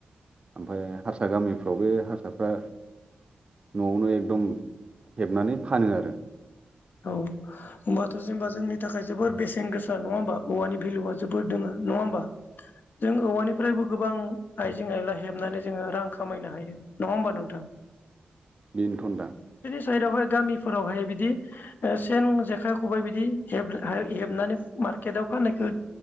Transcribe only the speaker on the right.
ओमफ्राय हारसा गामिफ्रावबो हारसाफ्रा न'आवनो एकदम हेबनानै फानो आरो
<inaudible>
बेनोथ दा